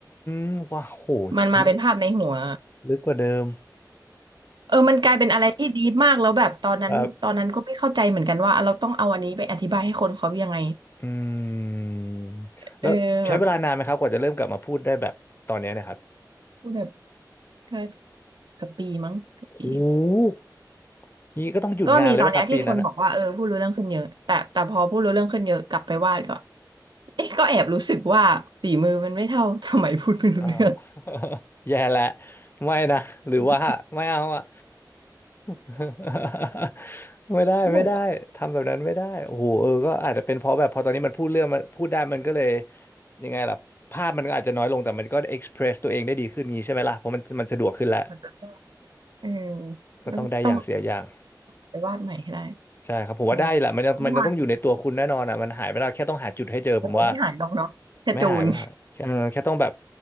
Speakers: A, on the left; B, on the right.
A: มว้าวโห
B: มันมาเป็นภาพในหัว
A: ลึกลึกกว่าเดิม
B: เออมันกลายเป็นอะไรที่ดีมากแล้วแบบตอนนั้นตอนนั้นก็ไม่เข้าใจเหมือนกันว่าเราต้องเอาอันนี้ไปอธิบายให้คนเขายังไง
A: <laughs> ครับอืม
B: เออแบบ
A: แล้วใช้เวลานานไหมครับกว่าจะเริ่มกลับมาพูดได้แบบตอนเนี้ยเนะครับ
B: พูดแบบแค่เกับปีมั้งเกับปี
A: โห นี้ก็ต้องหยุดงานเลยป่ะครับปีนั้นอ่ะ
B: ก็มีตอนเนี้ยที่คนบอกว่าเออพูดรู้เรื่องขึ้นเยอะแต่แต่พอพูดรู้เรื่องขึ้นเยอะกลับไปวาดก็เอ๊ะก็แอบรู้สึกว่าฝีมือมันไม่เท่า <laughs> สมัยพูดไม่รู้เรื่อง
A: อ่า <laughs> แย่และไม่นะหรือว่าไม่เอาอ่ะ
B: <laughs>
A: <laughs> ไม่ได้ไม่ได้ทำแบบนั้นไม่ได้โอ้โหเออก็อาจจะเป็นเพราะแบบพอตอนนี้มันพูดเรื่องมันพูดได้มันก็เลย
B: สนุกอ่ะ
A: ยังไงล่ะภาพมันก็อาจจะน้อยลงแต่มันก็เอ็กซ์เพรสตัวเองได้ดีขึ้นงี้ใช่ไหมล่ะเพราะมันมันสะดวกขึ้นแล้ว
B: มันจะ <laughs> ใช่เออ
A: ก็ต้องได้อย่างเสียอย่าง
B: ต้องต้องไปวาดใหม่ให้ได้
A: ใช่ครับผมว่าได้แหละมันยังมันยังต้องอยู่ในตัวคุณแน่นอนอ่ะมันหายไม่ได้แค่ต้องหาจุดให้เจอผมว่า
B: เออเมื่อวานเออไม่หายลงเนาะกระจูน
A: ไม่หายไม่หายแค่เออแค่ต้องแบบ